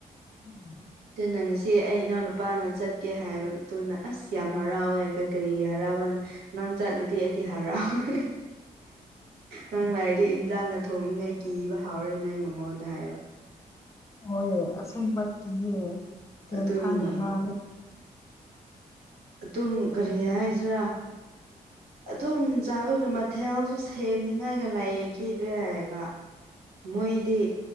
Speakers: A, on the left; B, on the right.
A: ꯎꯝ <unintelligible> <inaudible>
B: ꯑꯗꯨꯅ ꯉꯁꯤ ꯑꯩ ꯏꯅꯥꯎ ꯅꯨꯄꯥꯅ ꯆꯠꯀꯦ ꯍꯥꯏꯕꯗꯨꯅ ꯑꯁ ꯌꯥꯝ ꯍꯔꯥꯎꯋꯦ ꯀꯔꯤꯒꯤ ꯍꯔꯥꯎꯕꯅ ꯅꯪ ꯆꯠꯂꯗꯤ ꯑꯩꯗꯤ ꯍꯔꯥꯎꯋꯦ ꯅꯪ ꯂꯥꯏꯔꯤꯗꯤ ꯏꯟꯖꯥꯡꯅ ꯊꯣꯡꯅꯤꯡꯉꯥꯏ ꯀꯤꯕ ꯍꯥꯎꯔꯣꯏꯅ ꯑꯩ ꯃꯉꯣꯟꯗ ꯍꯥꯏꯕ
A: ꯍꯣꯏ ꯑꯁꯦꯡꯕꯀꯤ ꯇꯦꯟꯁꯥꯟ
B: ꯑꯗꯨꯒꯤꯅꯦ
A: ꯑꯃꯅꯦ
B: ꯑꯗꯨꯝ ꯀꯔꯤ
A: ꯇꯦꯟꯁꯟ
B: ꯍꯥꯏꯁꯤꯔꯥ ꯑꯗꯨꯝ ꯆꯥꯕꯒꯤ ꯃꯊꯦꯜꯁꯨ ꯁꯦꯝꯅꯤꯉꯥꯏꯒ ꯂꯩꯈꯤꯗ꯭ꯔꯦ ꯍꯥꯏꯕ ꯃꯣꯏꯗꯤ